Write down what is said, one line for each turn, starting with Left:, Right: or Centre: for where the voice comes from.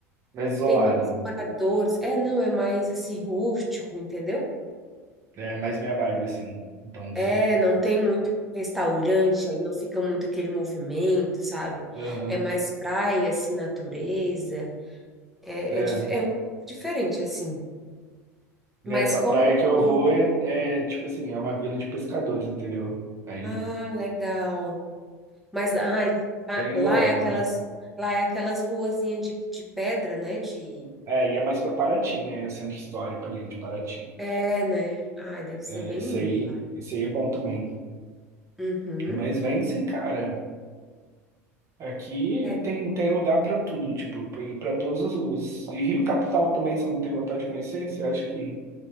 Right: Mais isolado.
Centre: tem mais moradores. É, não, é mais assim, rústico, entendeu?
Right: É mais minha vibe, assim. Então, o sul.
Centre: É, não tem muito restaurante, aí não fica muito aquele movimento, sabe?
Right: Aham.
Centre: É mais praia, assim, natureza. É,
Right: É.
Centre: é, dif- é um pouco diferente, assim.
Right: Essa
Centre: Mas como
Right: praia
Centre: é
Right: que eu
Centre: bom,
Right: vou é, é, tipo assim, é uma vila de pescadores, entendeu? Aí,
Centre: ah, legal. Mas ai, ah,
Right: bem isolado
Centre: lá é aquelas,
Right: mesmo.
Centre: lá é aquelas ruazinhas de, de pedra, né? De,
Right: É, e é mais para Paraty, né? É Centro histórico ali de Paraty.
Centre: é, né? Ai, deve ser
Right: É,
Centre: bem
Right: esse
Centre: lindo
Right: aí,
Centre: lá.
Right: esse aí é bom também.
Centre: Uhum.
Right: Mas vem sim, cara. Aqui
Centre: É,
Right: tem, tem lugar para tudo, tipo, para todas as ruas. E Rio Capital também, você não tem vontade de conhecer? Você acha que